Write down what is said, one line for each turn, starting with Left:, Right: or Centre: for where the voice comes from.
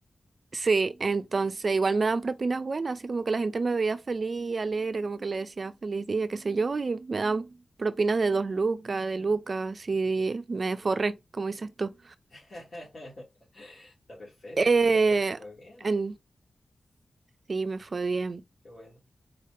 Right: Sí, entonces igual me daban propinas buenas, así como que la gente me veía feliz, alegre, como que le decía feliz día, qué sé yo, y me daban propinas de dos lucas, de lucas, y me forré, como dices tú.
Left: <laughs> Está perfecto,
Right: Eh,
Left: qué bueno, te fue bien,
Right: en- Sí, me fue bien.
Left: qué bueno.